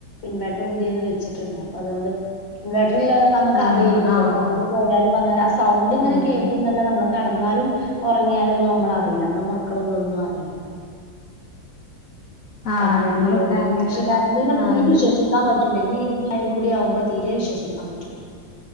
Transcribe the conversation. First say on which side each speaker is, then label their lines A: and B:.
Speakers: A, on the left; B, on the left.
A: ഇൻവേട്ടർ പുതിയേത് വെച്ചിട്ടുണ്ട്. അപ്പ അതോണ്ട് ഇൻവേട്ടർ ഇല്ലാതെ നമുക്ക്
B: ആഹ്
A: അറിയില്ലല്ലൊ.
B: ആഹ്
A: കറണ്ട് പോയാലും വന്നാലു ആ സൗണ്ട് ങ്ങനെ
B: ആഹ്
A: കേൾക്കും ന്നല്ലാതെ അമ്മള് കടന്നാലും, ഒറങ്ങിയാലൊന്നും അമ്മളറീല. അമ്മള് മക്കള് തൊന്നും അറീല.
B: ആഹ്
A: കാരണം
B: ഞങ്ങളിവിടെ
A: അത്‌ള്ളോണ്ട്.
B: അങ്ങനെ
A: പക്ഷെ
B: ഒരെണ്ണം
A: കര് ണ്ടിനെ പിന്നിം
B: ആഹ് ഇത്
A: വിശ്വസി.... ക്കാം പറ്റൂല. ഇഞ്ഞി ഈ മഴെം കൂടി ആവുമ്പ തീരെ വിശ്വസിക്കാം പറ്റൂല.